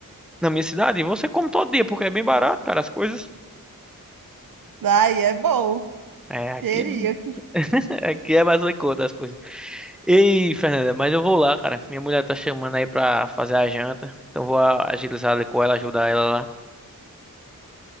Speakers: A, in the centre; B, on the right.
A: na minha cidade, você come todo dia, porque é bem barato, cara, as coisas.
B: Ai, é bom.
A: É, aqui,
B: Queria. que-
A: <laughs> aqui é mais em conta as coisas. Ei, Fernanda, mas eu vou lá, cara. Minha mulher tá chamando aí pra fazer a janta. Então vou a- agilizar ali com ela, ajudar ela lá.